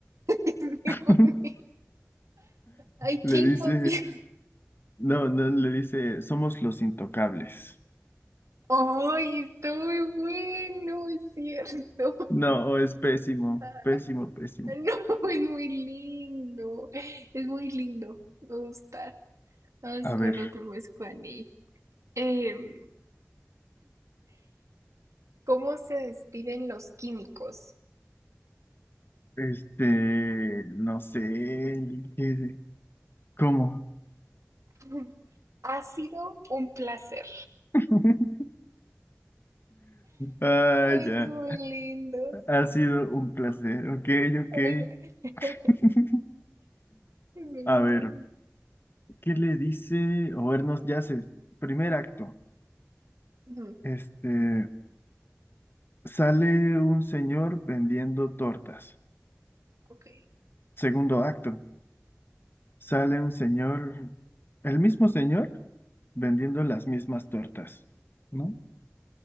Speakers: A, on the right (about 80°); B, on the left (about 45°).
A: <laughs>
B: <laughs>
A: Juani. I
B: le
A: came
B: dice,
A: for you.
B: no, no, le dice, somos los intocables.
A: Ay, está muy bueno, es cierto.
B: No, oh, es pésimo,
A: Ah,
B: pésimo, pésimo.
A: No, es muy lindo, es muy lindo, me gusta. Vamos
B: A ver,
A: con otro, pues, Juani. Em, ¿cómo se despiden los químicos?
B: este, no sé, ¿qué- ¿cómo?
A: <laughs> Ha sido un placer.
B: <laughs> Ah,
A: Ay,
B: ya.
A: son muy lindos.
B: Ha sido un placer, ok, ok.
A: Ay, <laughs>
B: <laughs>
A: es muy
B: A ver,
A: lindo.
B: ¿qué le dice? o vernos ya sé, primer acto.
A: Ujú,
B: Este, sale un señor vendiendo tortas.
A: Ok,
B: Segundo acto, sale un señor, el mismo señor vendiendo las mismas tortas, ¿no?